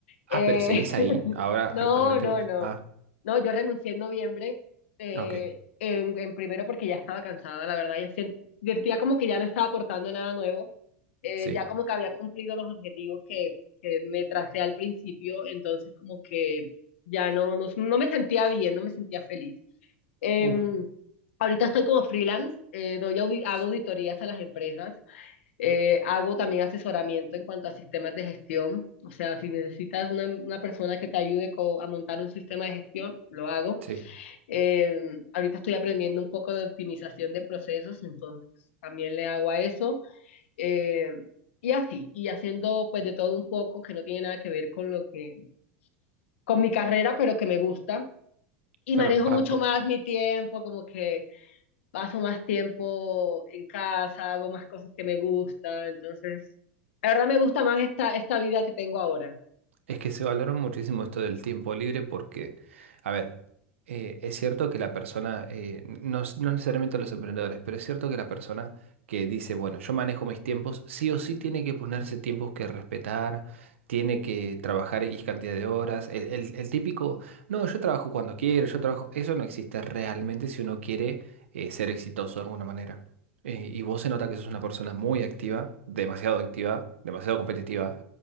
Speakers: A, on the right; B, on the left.
A: Ah,
B: eh,
A: pero seguís ahí, ahora actualmente
B: No, no,
A: vos.
B: no.
A: Ah,
B: No, yo renuncié en noviembre, eh,
A: ok,
B: en, en primero porque ya estaba cansada, la verdad, ya sien- sentía como que ya no estaba aportando nada nuevo, eh,
A: sí.
B: ya como que había cumplido los objetivos que, que me tracé al principio, entonces como que ya no, no, no me sentía bien, no me sentía feliz. Em,
A: Uh,
B: ahorita estoy como freelance, eh, doy audi- hago
A: s-
B: auditorías a las empresas eh, hago también asesoramiento en cuanto a sistemas de gestión, o sea, si necesitas una, una persona que te ayude co- a montar un sistema de gestión, lo hago.
A: sí,
B: Eh, ahorita estoy aprendiendo un poco de optimización de procesos, entonces también le hago a eso. Eh, y así, y haciendo pues de todo un poco que no tiene nada que ver con lo que, con mi carrera, pero que me gusta. Y
A: claro,
B: manejo
A: pa-
B: mucho
A: por-
B: más mi tiempo, como que paso más tiempo en casa, hago más cosas que me gustan, entonces, la verdad me gusta más esta, esta vida que tengo ahora.
A: Es que se valora muchísimo esto del tiempo libre porque, a ver, eh, es cierto que la persona, eh, no, s- no necesariamente los emprendedores, pero es cierto que la persona que dice, bueno, yo manejo mis tiempos, sí o sí tiene que ponerse tiempos que respetar, tiene que trabajar X cantidad de horas. El, el- el típico, no, yo trabajo cuando quiero, yo trabajo, eso no existe realmente si uno quiere eh, ser exitoso de alguna manera. Eh, y vos se nota que sos una persona muy activa, demasiado activa, demasiado competitiva.